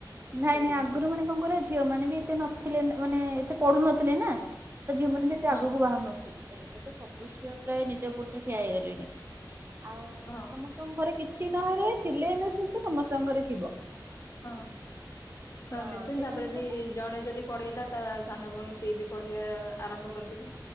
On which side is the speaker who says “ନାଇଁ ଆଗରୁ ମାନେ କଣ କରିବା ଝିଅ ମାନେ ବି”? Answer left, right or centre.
Right